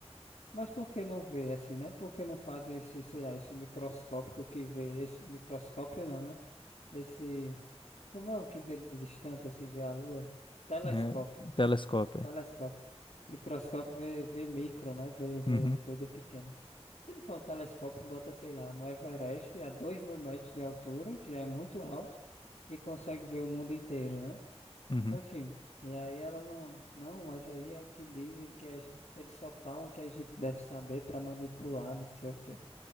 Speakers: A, on the left; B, on the left.
A: Mas por que não vê assim, né? Por que não fazem esse, sei lá, esse microscópico que vê, esse microscópio não, né? Esse, como é o que vê de distante, assim, vê a lua? Telescópio,
B: Né? O telescópio.
A: telescópio.
B: é.
A: Microscópio vê, vê micro, né? Vê, vê
B: Uhum.
A: coisa pequena. Por que não faz um telescópio e bota, sei lá, no Everest a dois mil metros de altura, que já é muito alto, e consegue ver o mundo inteiro, né?
B: Uhum.
A: Enfim, e aí ela não, não, mas aí é o que dizem que a gente, eles só falam que a gente deve saber pra manipular, não sei o quê.